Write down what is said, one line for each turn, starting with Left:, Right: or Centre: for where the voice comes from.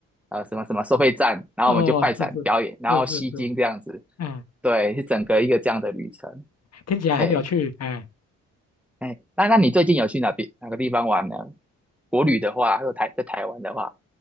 Centre: 呃什么什么收费站，然后我们就快闪表演，
Left: 哦，是是是是是，
Centre: 然后吸睛这样子，
Left: 嗯，
Centre: 对，是整个一个这样的旅程，
Left: 听起来很有趣哎，
Centre: 哎，哎，那那你最近有去哪边哪个地方玩呢？国旅的话，还有台在台湾的话，